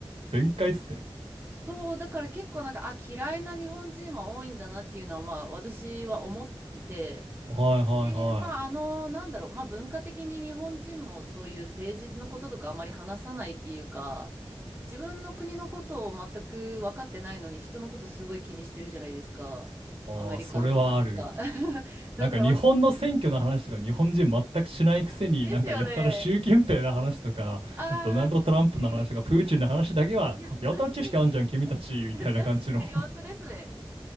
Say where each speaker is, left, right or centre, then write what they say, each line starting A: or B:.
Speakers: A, on the right; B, on the right.
A: 全開っすね。
B: そう、だから結構なんか、あ、嫌いな日本人は多いんだなっていうのは、まあ、私は思ってて、
A: はいはいはい。
B: で、まあ、あの、なんだろう、まあ、文化的に日本人もそういう政治のこととかあまり話さないっていうか、自分の国のことを全く分かってないのに、人のことすごい気にしてるじゃないですか、
A: ああ、
B: アメリカのこととねか。
A: それはある。
B: <laughs> だから私、
A: なんか日本の選挙の話とか日本人全くしないくせになんかやたら習近平の話とかドナルド・
B: ですよね。ああ、
A: トランプの話とかプーチンの話だけはやたら知識あんじゃん君たちみたいな感じの
B: 確かに。いや、確かに。<laughs> 確かに、
A: <laughs>
B: 本当ですね。